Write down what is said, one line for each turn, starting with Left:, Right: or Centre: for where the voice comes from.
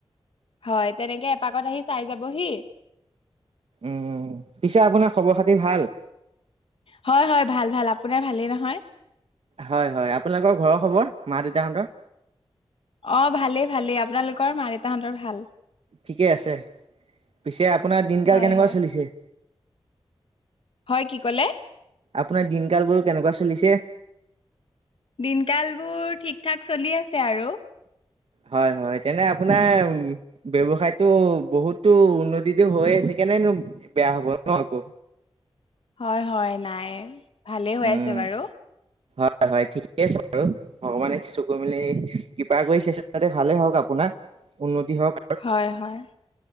Left: হয় তেনেকে এপাকত আহি চাই যাবহি।
Right: উম, পিছে আপোনাৰ খবৰ খাতি ভাল?
Left: হয় হয় ভাল ভাল। আপোনাৰ ভালেই নহয়?
Right: হয় হয়। আপোনালোকৰ ঘৰৰ খবৰ মা দেউতাহঁতৰ?
Left: অ ভালেই ভালেই আপোনালোকৰ মা দেউতাহঁতৰ ভাল।
Right: ঠিকে আছে। পিছে আপোনাৰ দিনকাল
Left: হয়
Right: কেনেকুৱা
Left: হয়
Right: চলিছে?
Left: হয় কি ক'লে?
Right: আপোনাৰ দিনকাল বোৰ কেনেকুৱা চলিছে?
Left: দিনকাল বোৰ ঠিক ঠাক চলি আছে আৰু।
Right: হয় হয়, তেনে আপোনাৰ ব্যসায়তো বহুতো উন্নতিটো হৈ আছে কেনেনো বেয়া হব ন আকৌ?
Left: হয় হয় নাই ভালেই হৈ
Right: উম
Left: আছে বাৰু।
Right: হয় হয় ঠিকে আছে বাৰু, ভগৱানে চকু মেলি কৰি চেষ্টাতে ভালেই হওক, আপোনাৰ উন্নতি হওক।
Left: হয়- হয়-